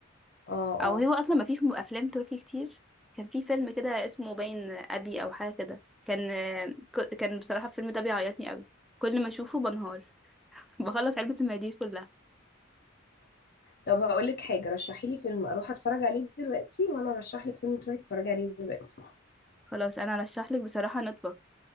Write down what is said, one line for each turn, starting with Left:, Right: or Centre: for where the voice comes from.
Left: اه
Centre: او
Left: اه
Centre: هو اصلا ما فيش م- افلام تركي كتير كان في فيلم كده اسمه باين ابي او حاجه كده كان ك- كان بصراحه الفيلم ده بيعيطني قوي كل ما اشوفه بنهار <laughs> بخلص علبه المناديل كلها
Left: طب هقول لك حاجه رشحي لي فيلم اروح اتفرج عليه دلوقتي وانا ارشح لك فيلم تروحي تتفرجي عليه دلوقتي
Centre: خلاص انا ارشح لك بصراحه نطبق